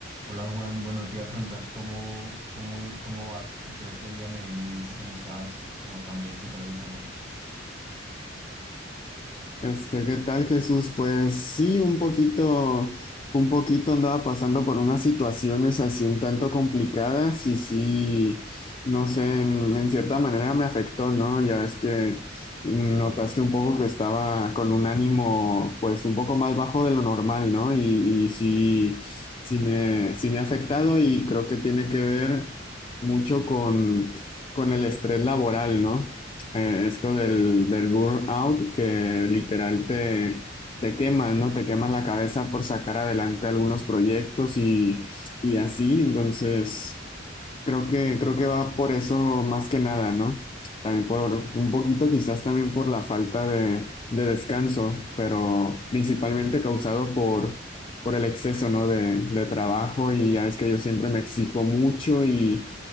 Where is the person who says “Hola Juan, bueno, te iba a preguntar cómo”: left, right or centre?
Right